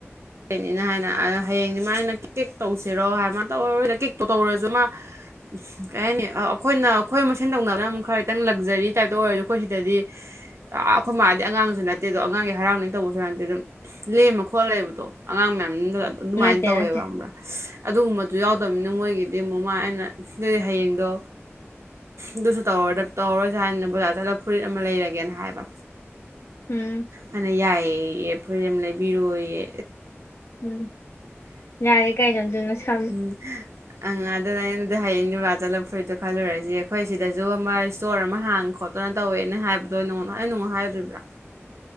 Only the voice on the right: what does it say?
ꯀꯅꯤꯅ ꯍꯥꯏꯅ ꯍꯌꯦꯡꯗꯤ ꯃꯥ ꯑꯩꯅ ꯀꯦꯛ ꯇꯧꯁꯤꯔꯣ ꯍꯥꯏꯕ ꯃꯥ ꯇꯧꯔꯔꯣꯏꯅ ꯀꯦꯛꯇꯣ ꯇꯧꯔꯁꯨ ꯃꯥ
ꯀꯩ ꯍꯥꯏꯅꯤ ꯑꯩꯈꯣꯏꯅ ꯑꯩꯈꯣꯏ ꯃꯁꯦꯟ ꯇꯧꯅꯕꯅ ꯑꯃꯨꯛ ꯈꯔ ꯈꯤꯇꯪ ꯂꯛꯖꯔꯤ ꯇꯥꯏꯞꯇ ꯑꯣꯏꯔꯁꯨ ꯑꯩꯈꯣꯏ ꯁꯤꯗꯗꯤ ꯑꯥ ꯑꯩꯈꯣꯏ ꯃꯥꯗꯤ ꯑꯉꯥꯡꯁꯨ ꯅꯠꯇꯦꯗꯣ ꯑꯉꯥꯡꯒꯤ ꯍꯔꯥꯎꯅꯤꯡ ꯇꯧꯕꯁꯨ ꯅꯠꯇꯦ ꯑꯗꯨꯝ ꯂꯦꯝꯃ ꯈꯣꯠꯂꯦꯕꯗꯣ ꯑꯉꯥꯡ ꯃꯌꯥꯝꯗꯨ ꯑꯗꯨꯃꯥꯏꯅ
ꯇꯧꯋꯦꯕ
ꯈꯪꯕꯔ꯭ꯥ ꯑꯗꯨꯒꯨꯝꯕꯗꯨ ꯌꯥꯎꯗꯕꯅꯤꯅ ꯃꯣꯏꯒꯤꯗꯤ ꯑꯃꯨꯛ ꯃꯥ ꯑꯩꯅ ꯍꯌꯦꯡꯗꯣ ꯑꯗꯨꯁꯨ ꯇꯧꯔꯔꯣꯏꯁꯦ ꯍꯥꯏꯗꯅ ꯕꯖꯥꯔ ꯆꯠꯂꯒ ꯐꯨꯔꯤꯠ ꯑꯃ ꯂꯩꯔꯒꯦꯅ ꯍꯥꯏꯕ
ꯃꯥꯅ ꯌꯥꯏꯌꯦꯌꯦ ꯐꯨ ꯌꯥꯝ ꯂꯩꯕꯤꯔꯣꯏꯌꯦ
ꯎꯝ ꯑꯪ ꯑꯗꯨꯅ ꯑꯩꯅꯗꯤ ꯍꯌꯦꯡ ꯨꯔꯥ ꯆꯠꯂꯞ ꯐꯨꯔꯤꯠꯇꯣ ꯈꯜꯂꯨꯔꯁꯤ ꯑꯩꯈꯣꯏ ꯁꯤꯗꯁꯨ ꯑꯃ ꯏꯁꯇꯣꯔ ꯑꯃ ꯍꯥꯡ ꯈꯣꯠ ꯀꯃꯥꯏ ꯇꯧꯋꯦꯅꯦ ꯍꯥꯏꯕꯗꯣ ꯅꯉꯣꯟꯅꯩꯅ ꯅꯉꯣ ꯍꯥꯏꯗꯔꯤꯕ꯭ꯔꯥ